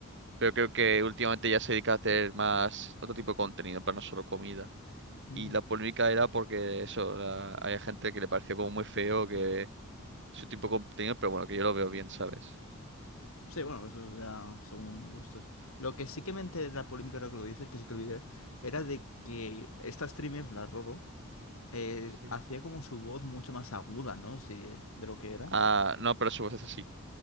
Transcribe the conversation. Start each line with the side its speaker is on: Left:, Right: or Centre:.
Right: Pero creo que últimamente ya se dedica a hacer más otro tipo de contenido, para no solo comida.
Left: Mm,
Right: Y la polémica era porque eso, la- había gente que le pareció como muy feo que su tipo de contenido, pero bueno, que yo lo veo bien, ¿sabes?
Left: Sí, bueno, eso ya según gustos. Lo que sí que me enteré de la polémica, ahora que lo dices, que sí que olvidé, era de que esta streamer, la Roro, eh,
Right: Sí.
Left: hacía como su voz mucho más aguda, ¿no? Sí, de lo que era.
Right: Ah, no, pero su voz es así.